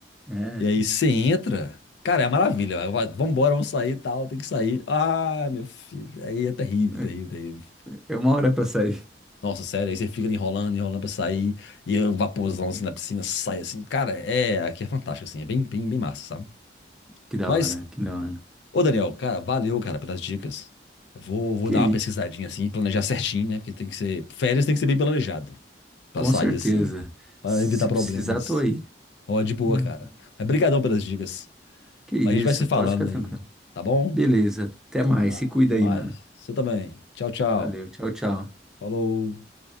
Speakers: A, in the centre; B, on the left.
A: É.
B: E aí você entra, cara, é uma maravilha. vai, vai, Vambora, vamos sair e tal, tem que sair. Ah, meu filho, aí é terrível,
A: É
B: terrível, terrível.
A: é uma hora pra sair.
B: Nossa, sério, aí você fica ali enrolando, enrolando pra sair, e o vaporzão assim na piscina sai assim. Cara, é, aqui é fantástico, assim, é bem, bem, bem massa, sabe?
A: Que da
B: Mas,
A: hora, que da hora.
B: ô Daniel, cara, valeu, cara, pelas dicas. Eu vou, vou
A: Que
B: dar
A: isso,
B: uma pesquisadinha assim, planejar certinho, né? Porque tem que ser, férias tem que ser bem planejado, pra
A: com
B: sair
A: certeza.
B: assim, pra
A: Se
B: evitar
A: se
B: problemas.
A: precisar, tô aí.
B: Ó, de boa,
A: Uhum.
B: cara. Mas brigadão pelas dicas.
A: Que isso,
B: Mas a gente vai se falando
A: pode ficar tranquilo.
B: aí, tá bom?
A: Beleza, até mais.
B: Então tá,
A: Se cuida
B: até
A: aí,
B: mais.
A: mano.
B: Você também. Tchau, tchau.
A: Valeu, tchau, tchau.
B: Falou.